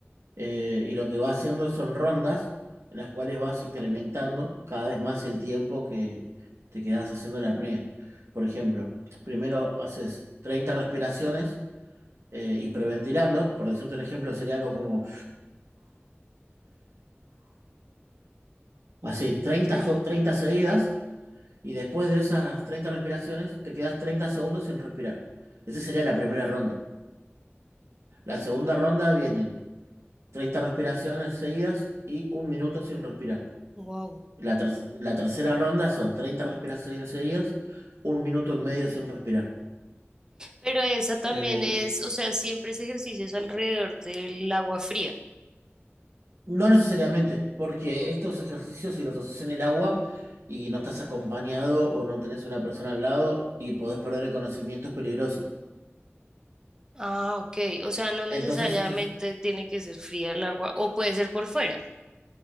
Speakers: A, on the right; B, on the right.
A: eh, y lo que va haciendo son rondas en las cuales vas incrementando cada vez más el tiempo que te quedas haciendo la apnea. Por ejemplo, primero haces 30 respiraciones eh, hiperventilando, por decirte un ejemplo, sería algo como así, 30,
B: Sí,
A: jo- 30 seguidas, y después de esas 30 respiraciones te quedas 30 segundos sin respirar. Esa sería la primera ronda. La segunda ronda vienen 30 respiraciones seguidas y un minuto sin respirar.
B: wow.
A: La, ter- la tercera ronda son 30 respiraciones seguidas, un minuto en medio sin respirar.
B: Pero esa también
A: Eh,
B: es, o sea, siempre ese ejercicio es alrededor del agua fría.
A: no necesariamente, porque estos ejercicios si los haces en el agua y no estás acompañado o no tenés una persona al lado y podés perder el conocimiento es peligroso.
B: Ah, ok. O sea, no necesariamente
A: Entonces estos...
B: tiene que ser fría el agua, o puede ser por fuera.